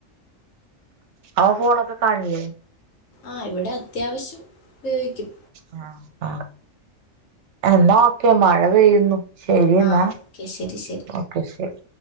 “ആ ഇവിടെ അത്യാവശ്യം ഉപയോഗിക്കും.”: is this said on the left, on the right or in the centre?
Left